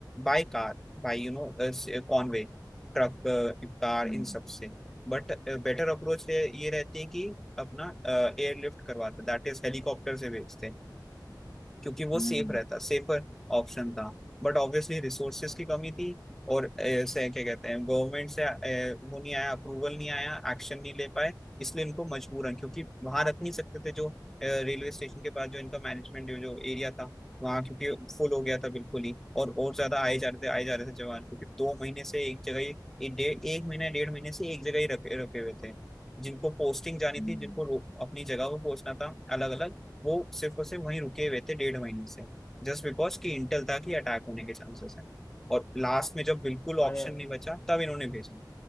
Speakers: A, in the centre; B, on the left.
A: by car by you know uh, s- uh, Conway truck इफ्तार
B: हम्म
A: इन सब से बट बेटर अप्रोच ये रहती है कि अपना एयरलिफ्ट करवाते दैट इज हेलीकॉप्टर से भेजते क्योंकि वो
B: हम्म
A: सेफ
B: हम्म
A: रहता सेफर ऑप्शन था बट ऑब्वियसली रिसोर्सेज की कमी थी और ऐसे क्या कहते हैं गवर्नमेंट से अ, वो नहीं आया अप्रूवल नहीं आया एक्शन नहीं ले पाए इसलिए इनको मजबूरन क्योंकि वहां रख नहीं सकते थे जो रेलवे स्टेशन के पास जो इनका मैनेजमेंट जो, जो एरिया था वहाँ क्योंकि फुल हो गया था बिल्कुल ही और और ज्यादा आए जा रहे थे आए जा रहे थे जवान क्योंकि दो महीने से एक जगह ही एक डेढ़ एक महीना डेढ़ महीने से एक जगह ही रखे रखे हुए थे जिनको पोस्टिंग जानी
B: हम्म,
A: थी जिनको
B: हम्म।
A: रो- अपनी जगह पर पहुंचना था अलग अलग वो सिर्फ और सिर्फ वहीं रुके हुए थे डेढ़ महीने से जस्ट बिकॉज कि इंटेल था कि अटैक होने के चांसेस हैं और लास्ट में जब बिल्कुल
B: हाँ
A: ऑप्शन
B: यार
A: नहीं बचा तब इन्होंने भेजा